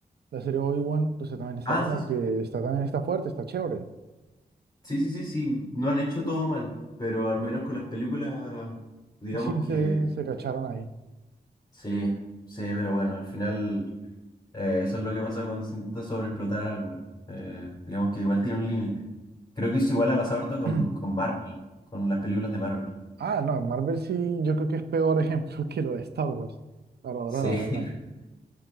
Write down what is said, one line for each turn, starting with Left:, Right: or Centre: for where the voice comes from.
Right: la serie Obi-Wan, pues también está
Left: Ah,
Right: como
Left: sí,
Right: que está también está fuerte, está chévere.
Left: sí, sí, sí, sí, no han hecho todo mal, pero al menos con las películas, digamos
Right: Sí,
Left: que
Right: se, se cacharon ahí.
Left: sí, sí, pero bueno, al final. Eh, eso es lo que pasa cuando se intenta sobreexplotar algo. Eh, digamos que igual tiene un límite. Creo que eso igual ha pasado harto con,
Right: <clears throat>
Left: con Marvel, con las películas de Marvel.
Right: Ah, no, Marvel sí, yo creo que es peor ejemplo <laughs> que lo de Star Wars. Para ahora,
Left: Sí.
Right: la verdad.
Left: <laughs>